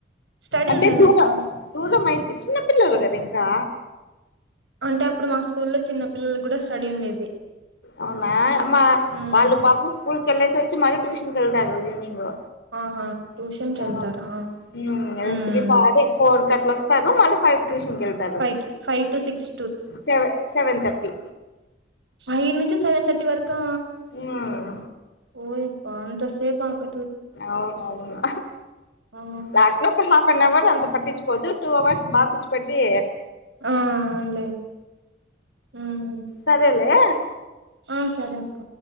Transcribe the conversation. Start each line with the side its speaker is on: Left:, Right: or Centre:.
Right: స్టడీ
Left: అంటే
Right: ఉండదా
Left: దూబ
Right: అక్క
Left: దూరం అయితే చిన్న పిల్లలు కదా ఇంకా
Right: అంటే అప్పుడు మా స్కూల్లో చిన్న పిల్లలకి కూడా స్టడీ ఉండేది.
Left: అవునా మా
Right: ఉమ్
Left: వాళ్ళు పాపం స్కూల్ కెళ్ళేసి ఒచ్చి, మళ్ళీ ట్యూషన్ కెళ్తారు. ఈవినింగు.
Right: ఆహా ట్యూషన్ కి
Left: అ
Right: వెళ్తారా
Left: మ్ నెక్స్ట్
Right: ఉమ్
Left: వీక్ ఫాదే ఫోర్ క అట్లోస్తారు. మళ్ళా ఫైవ్ కి ట్యూషన్ కెళ్తారు.
Right: ఫైవ్ కి ఫైవ్ టు సిక్స్
Left: సెవ సెవెన్ థర్టీ.
Right: ఐదు నుంచి సెవెన్ తర్టీ వరకా,
Left: మ్మ్
Right: ఓయబ్బ అన్ త సేప అక్
Left: అవునవును.
Right: ఆ
Left: లాస్ట్ లో ఒక హాఫ్ అన్ అవర్, కు అంత పట్టిచ్చుకోదు. టూ అవర్స్ బా పుచ్చుపెట్టి,
Right: ఆ అవున్ లె. మ్.
Left: సరేలే
Right: ఆ సరే అక్క.